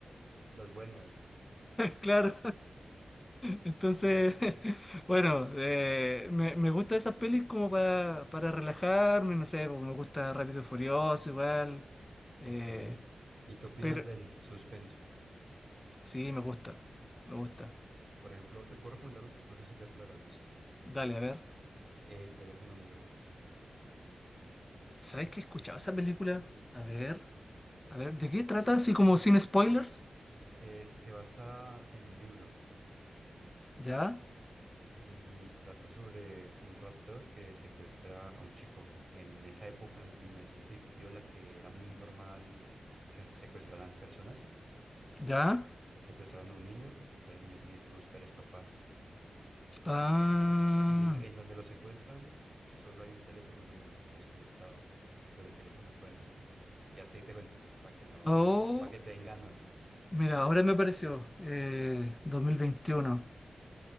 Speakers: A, on the right; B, on the left.
A: las buenas.
B: <laughs> claro. Entonces, <laughs> bueno, eh, me, me gusta esas pelis como pa- para relajarme, no sé, pues, me gusta Rápido y Furioso igual, eh,
A: Ok. ¿Y qué opinas
B: pero
A: del suspenso?
B: sí, me gusta, me gusta.
A: Por ejemplo, te puedo recomendar una, no sé si ya te la habrás visto.
B: Dale, a ver,
A: El teléfono negro.
B: ¿sabes qué he escuchado esa película? A ver, a ver, ¿de qué trata? Así como sin spoilers,
A: Es se basa en un libro
B: ¿ya?
A: y trata sobre un raptor que secuestra a un chico. En esa época, en 1900 y piola, que era muy normal que secuestraran personas,
B: ¿Ya?
A: secuestraron a un niño y entonces el niño tiene que buscar escapar.
B: Ah,
A: Y en donde lo secuestran, solo hay un teléfono negro desconectado, pero el teléfono suena. Y hasta ahí te cuento, para que no,
B: oh,
A: para que te den ganas.
B: mira, ahora me apareció, eh, 2021.